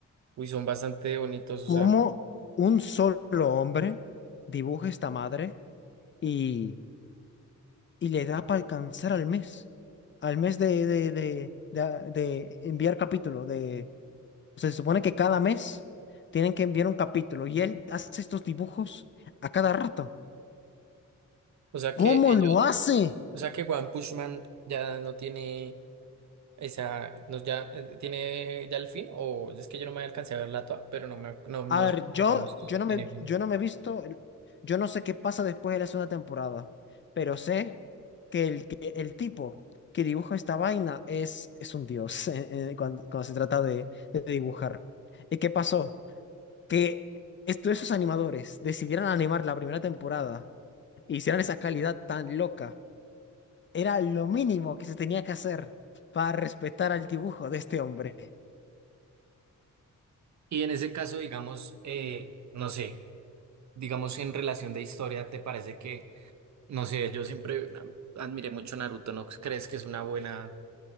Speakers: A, on the right (about 65°); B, on the left (about 40°).
A: uy, son bastante bonitos. O
B: ¿Cómo
A: sea,
B: un solo hombre dibuja esta madre y, y le da para alcanzar al mes? Al mes de, de, de, de- de enviar capítulo. De, o sea, se supone que cada mes tienen que enviar un capítulo y él hace estos dibujos a cada rato.
A: o sea
B: ¿Cómo
A: que ellos,
B: lo hace?
A: o sea que One Punch Man ya no tiene esa, no, ya eh, tiene ya el fin, o es que yo no me alcancé a ver la toa pero no me, ac- no, no
B: A ver,
A: sé,
B: yo,
A: digamos,
B: yo no me,
A: tiene fin.
B: yo no me he visto, el- yo no sé qué pasa después de la segunda temporada, pero sé que el, que el tipo que dibuja esta vaina es, es un dios <laughs> eh, eh, cuando, cuando se trata de, de dibujar. ¿Y qué pasó? Que esto, esos animadores decidieran animar la primera temporada e hicieran esa calidad tan loca. Era lo mínimo que se tenía que hacer para respetar al dibujo de este hombre.
A: Y en ese caso, digamos, eh, no sé. Digamos, en relación de historia, ¿te parece que, no sé, yo siempre admiré mucho Naruto, ¿no crees que es una buena